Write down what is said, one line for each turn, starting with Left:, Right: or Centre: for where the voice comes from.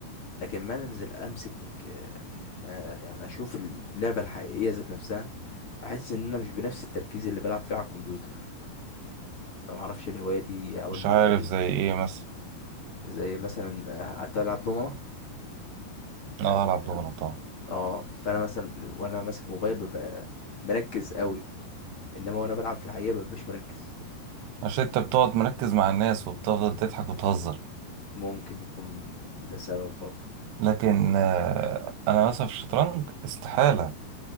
Left: لكن ما انزل امسك آه، آه، يعني اشوف اللعبه الحقيقيه ذات نفسها احس ان انا مش بنفس التركيز اللي بلعب فيه على الكمبيوتر فما اعرفش الهوايه دي او
Right: مش
Left: النقطه
Right: عارف
Left: دي
Right: زي ايه مثلا
Left: زي مثلا آه، هتلعب دومنة يعني
Right: اه العب دومنة طبعا
Left: اه فانا مثلا وانا ماسك موبايل ببقى مركز قوي انما وانا بلعب في الحقيقة ببقى مش مركز
Right: عشان انت بتقعد مركز مع الناس وبتفضل تضحك وتهزر
Left: ممكن يكون ده سبب برضه
Right: لكن آه، انا مثلا في الشطرنج استحالة